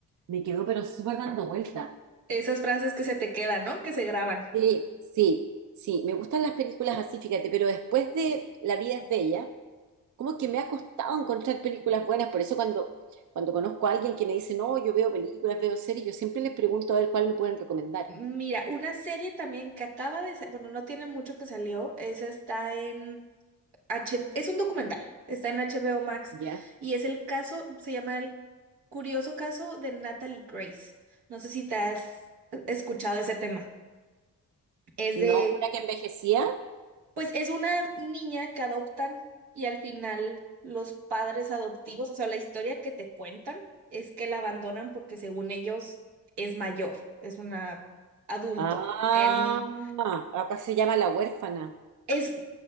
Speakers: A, on the right (about 50°); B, on the right (about 80°).
A: me quedó pero súper dando vuelta.
B: Esas frases que se te quedan, ¿no? Que se graban.
A: Sí, sí, sí, me gustan las películas así, fíjate, pero después de La vida es bella, como que me ha costado encontrar películas buenas, por eso cuando, cuando conozco a alguien que me dice, no, yo veo películas, veo series, yo siempre les pregunto a ver cuál me pueden recomendar.
B: Mira, una serie también que acaba de, sa- bueno, no tiene mucho que salió, esa está en H, es un documental, está en HBO Max
A: ¿Ya?
B: y es el caso, se llama El curioso caso de Natalie Grace. No sé si te has escuchado ese tema. Es
A: No,
B: de,
A: una que envejecía.
B: pues es una niña que adoptan y al final los padres adoptivos, o sea, la historia que te cuentan es que la abandonan porque según ellos es mayor, es una adulto.
A: Ah,
B: En
A: acá se llama La huérfana.
B: Es,